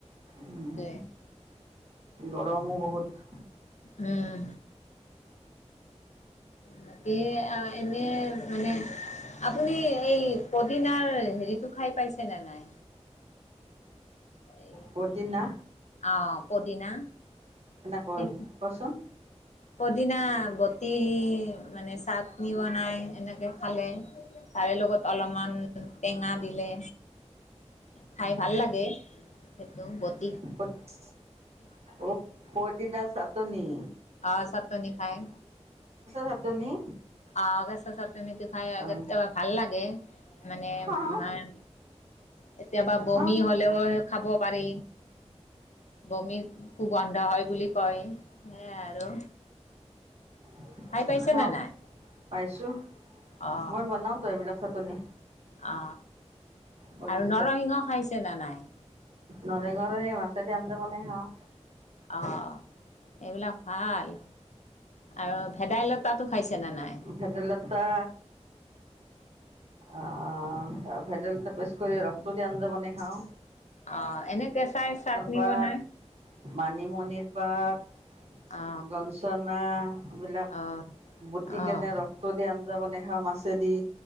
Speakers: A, on the right; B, on the left.
A: উম
B: সেইটোৱে
A: গৰম। বহুত।
B: উম, বাকী অ এনে মানে আপুনি এই পদিনাৰ হেৰিটো খাই পাইছেনে নাই? এই
A: বহুত দিন না
B: অ পদিনা।
A: হয়
B: সেই
A: কচোন?
B: পদিনা বত বতি মানে চাটনি বনায়। এনেকৈ খালে তাৰে লগত অলপমান টেঙা দিলে। খাই ভাল লাগে। সেইটো বত
A: পদছ অ পদিনা চাতনি।
B: অ চাতনি খায়।
A: চাটনি
B: অ কেছা চাটনিটো খাই আগত
A: অ
B: বা ভাল লাগে। মানে
A: খাওঁ
B: মাৰ কেতিয়াবা বমি
A: খাওঁ
B: হ'লেও হয়। খাব পাৰি বমিত কুগন্ধ হয় বুলি কয়। <unintelligible> আৰু
A: <unintelligible>
B: খাই পাইছে নে নাই
A: পাইছো
B: অ
A: মই বনাও তো এইবিলাক চাটনি
B: অ
A: পদিনা
B: আৰু নৰসিংহ খাইছে ন নাই?
A: নৰসিংহৰে মাছেদি আঞ্জা বনাই খাওঁ
B: অ এইবিলাক ভাল আৰু ভেদাইলতাটো খাইছেনে নাই?
A: ভেদাইলতা আহ, ভেদাইলতা পেছ কৰি ৰসটো দি আঞ্জা বনাই খাও
B: অ, এনে কেচাই চাটনি
A: পাত
B: বনাই
A: মানিমুনিৰ পাত
B: অ
A: গঞ্চনা বিলাক
B: অ
A: বুতি
B: অ
A: কেনে ৰক্ত দ <unintelligible> মাছেদি